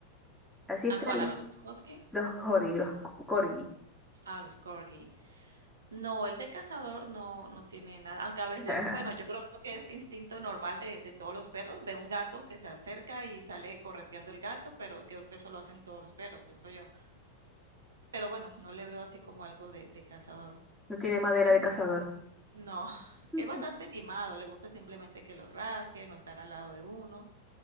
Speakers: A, in the centre; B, on the right (about 70°).
A: Así
B: ¿A
A: es, Charlie.
B: cuál? ¿A los husky?
A: Los corgi, los co- corgi.
B: Ah, los corgi. No, el de cazador no, no tiene nada. Aunque a veces,
A: <laughs>
B: bueno, yo creo que es instinto normal de, de todos los perros. Ve un gato que se acerca y sale correteando el gato, pero yo creo que eso lo hacen todos los perros, pienso yo. Pero bueno, no le veo así como algo de, de cazador.
A: No tiene madera
B: Es-
A: de cazador.
B: no, <laughs>
A: <laughs>
B: <sighs> es bastante mimado. Le gusta simplemente que lo rasque no estar al lado de uno.